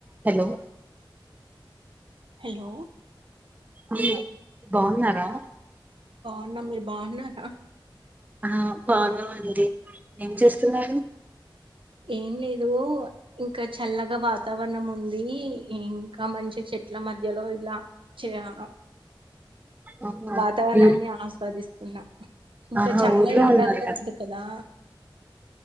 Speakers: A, on the right; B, on the right.
A: Hello
B: hello
A: ఆ బాగున్నారా
B: వున్న మీరు బాగున్నారా
A: ఆహ్ బావున్నమండి ఏం చేస్తున్నారు
B: ఏం లేదు ఇంక చల్లగా వాతావరణం ఉంది ఇంకా మంచి చెట్ల మ మధ్యలో ఇలా చే ఆ
A: ఆహా
B: వాతావరణాన్ని
A: ఊ-
B: ఆస్వాదిస్తున్నా ఇంక
A: ఆహా
B: చాలా
A: ఊర్లో
B: ఎండగా
A: ఉన్నారు
B: ఉంది కదా